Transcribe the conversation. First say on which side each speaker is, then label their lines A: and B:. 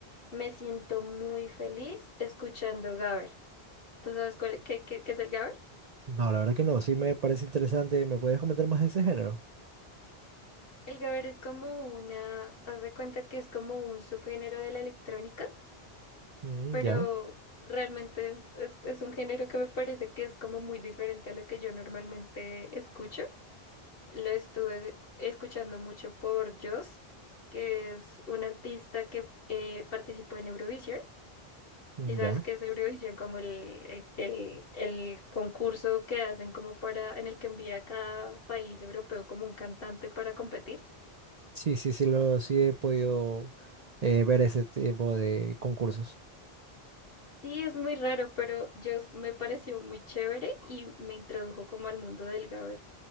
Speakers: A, on the left (about 65°); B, on the right (about 45°).
A: me siento muy feliz escuchando gabber ¿Tú sabes cuál, qué, qué, qué es el gabber?
B: No, la verdad que no, sí me parece interesante. ¿Me puedes comentar más de ese género?
A: El gabber es como una, haz de cuenta que es como un subgénero de la electrónica
B: Mm,
A: pero
B: ya.
A: realmente es, es, es un género que me parece que es como muy diferente a lo que yo normalmente escucho. Lo estuve escuchando mucho por Just, que es un artista que eh, participó en Eurovisión.
B: Mm,
A: Y sabes
B: Ya.
A: que es Eurovisión como el, el, el, el concurso que hacen como para, en el que envía a cada país europeo como un cantante para competir.
B: Sí, sí, sí, lo, sí he podido eh, ver ese tipo de concursos.
A: Sí, es muy raro, pero Just me pareció muy chévere y me introdujo como al mundo del Gaber.